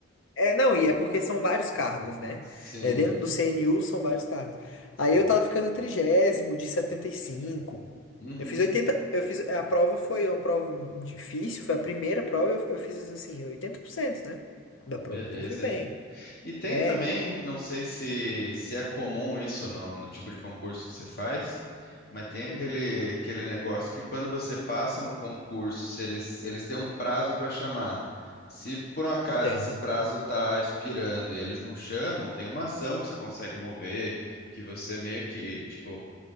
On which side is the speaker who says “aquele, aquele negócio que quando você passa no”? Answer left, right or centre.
Left